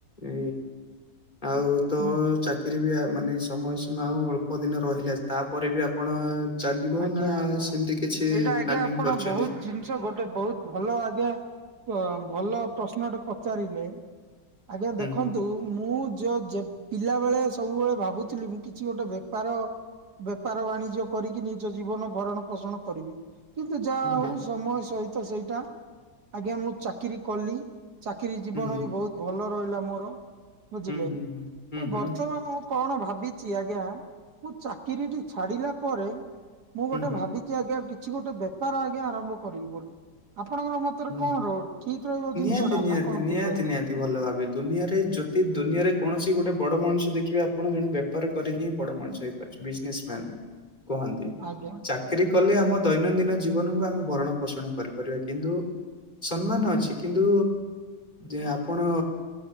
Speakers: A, on the left; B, on the right.
A: ଏ ଆଉ ତ
B: ହୁଁ।
A: ଚାକିରି ବି ମାନେ ସମୟ ସୀମା ଆଉ ଅଳ୍ପ ଦିନ ରହିଲା ତାପରେ ବି ଆପଣ ଚାଲିବ
B: ଆଜ୍ଞା
A: ନା
B: ଆଜ୍ଞା
A: ସେମିତି କିଛି
B: ଏଇଟା ଆଜ୍ଞା
A: ପ୍ଲାନିଂ
B: ଆପଣ
A: କରିଛନ୍ତି?
B: ବହୁତ୍ ଜିନିଷ ଗୋଟେ ବହୁତ୍ ଭଲ ଆଜ୍ଞା ଭଲ ପ୍ରଶ୍ନଟେ ପଚାରିଲେ। ଆଜ୍ଞା ଦେଖନ୍ତୁ
A: ହୁଁ, ହୁଁ,
B: ମୁଁ ଯ ଯେ ପିଲାବେେଳେ ସବୁବେଳେ ଭାବୁଥିଲି ମୁଁ କିଛି ଗୋଟେ ବେପାର ବେପାର ବାଣିଜ୍ୟ କରିକି ନି ନିଜ ଜୀବନ ଭରଣ ପୋଷଣ କରିବି କିନ୍ତୁ ଯାହା
A: ହୁଁ,
B: ହଉ ସମୟ ସହିତ ସେଇଟା ଆଜ୍ଞା ମୁଁ ଚାକିରିୀ କଲି ଚାକିରିୀ ଜୀବନ
A: ହୁଁ,
B: ବି ବହୁତ୍ ଭଲ ରହିଲା ମୋର। ବୁଝିଲେ
A: ହୁଁ, ହୁଁ, ହୁଁ,
B: ତ
A: ହୁଁ, ହୁଁ,
B: ବର୍ତ୍ତମାନ କଣ ଭାବିଚି ଆଜ୍ଞା ମୁଁ ଚାକିରିଟି ଛାଡ଼ିଲା ପରେ ମୁଁ ଗୋଟେ
A: ହୁଁ, ହୁଁ,
B: ଭାବିଛି ଆଜ୍ଞା କିଛି ଗୋଟେ ବେପାର ଆଜ୍ଞା ଆରମ୍ଭ କରିବି ବୋଲି ଆପଣଙ୍କର ମତ ତରେ
A: ହୁଁ।
B: କଣ ର ଠିକ୍ ରହିବ
A: ନିହାତି,
B: ଜିନିଷ ଟା
A: ନିହାତି,
B: ନାଁ କଣ
A: ନିହାତି,
B: ଭୁଲ୍ ରହିବ?
A: ନିହାତି ଭଲ ଭାବେ ଦୁନିଆରେ ଯଦି ଦୁନିଆରେ କୌଣସି ଗୋଟେ ବଡ ମଣିଷ ଦେଖିବେ ଆପଣ ଜଣେ ବ୍ୟ ବେପାର କରିକି ହିଁ ବଡ ମଣିଷ ହେଇପାରିଛି ବିଜନେସ ମ୍ୟାନ କୁହନ୍ତି।
B: ଆଜ୍ଞା।
A: ଚାକିରୀ କଲେ ଆମ ଦୈନନ୍ଦିନ ଜୀବନକୁ ଆମେ ଭରଣ ପୋଷଣ କରିପାରିବା କିନ୍ତୁ ସମ୍ମାନ ଅଛି କିନ୍ତୁ ଯେ ଆପଣ